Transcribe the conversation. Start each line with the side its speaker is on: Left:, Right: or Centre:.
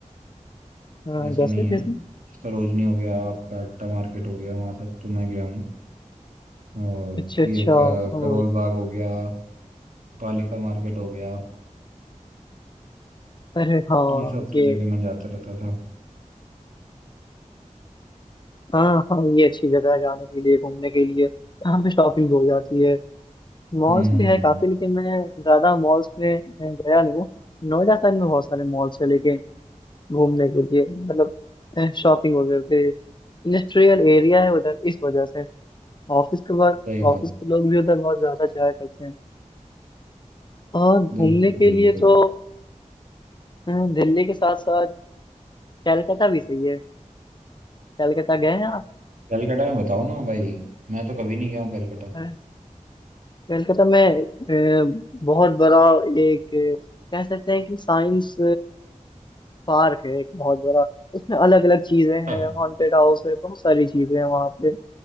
Left: अ,
Right: ऐसा
Left: जैसे
Right: नहीं है
Left: जैसे
Right: सरोजनी हो गया आपका अट्टा मार्केट हो गया वहाँ सब तो मैं गया हूँ और
Left: अच्छा अच्छा
Right: ये क-
Left: ओ
Right: करोल बाग हो गया पालिका मार्केट हो गया
Left: अरे हाँ
Right: ये सब तो
Left: ये
Right: जगह मैं जाता रहता था
Left: हाँ हाँ ये अच्छी जगह है जाने के लिए घूमने के लिए यहाँ पे शॉपिंग हो जाती है मॉल्स
Right: हम्म
Left: भी है काफी लेकिन मैं ज्यादा मॉल्स में अ, गया नहीं हूँ नोएडा साइड में बहुत सारे मॉल्स है घूमने के लिए मतलब शॉपिंग वगैरह पे इंडस्ट्रियल एरिया है उधर इस वजह से ऑफिस के बाद
Right: सही बात
Left: ऑफिस के लोग भी उधर बहुत ज्यादा जाया करते हैं और घूमने
Right: बिल्कुल
Left: के
Right: बिल्कुल
Left: लिए तो अ, दिल्ली के साथ साथ कैलकाटा भी सही है कैलकाटा गए हैं
Right: कलकत्ता में बताओ ना भाई मैं तो कभी नहीं गया हूँ कलकत्ता
Left: आप कलकत्ता में अ, बहुत बड़ा एक अ, कह सकते हैं कि साइंस पार्क है एक बहुत बड़ा उसमें अलग अलग चीजें हैं
Right: हाँ।
Left: हॉन्टेड हाउस है बहुत सारी चीजें हैं वहाँ पे